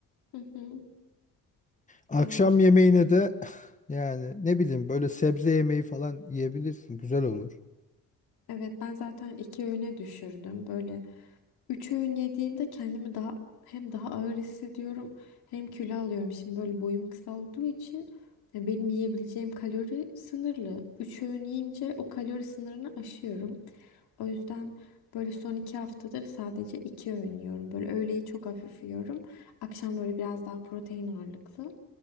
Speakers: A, on the left (about 75°); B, on the left (about 20°).
A: Hı hı.
B: Akşam
A: Ya,
B: yemeğine de <laughs> <sighs> yani ne bileyim böyle sebze yemeği falan yiyebilirsin. Güzel olur.
A: evet ben zaten iki öğüne düşürdüm. Böyle Üç öğün yediğimde kendimi daha hem daha ağır hissediyorum hem kilo alıyorum. Şimdi böyle boyum kısa olduğu için e, benim yiyebileceğim kalori sınırlı. Üç öğün yiyince o kalori sınırını aşıyorum. O yüzden böyle son iki haftadır sadece iki öğün yiyorum. Böyle öğleyi çok hafif yiyorum. Akşam böyle biraz daha protein ağırlıklı.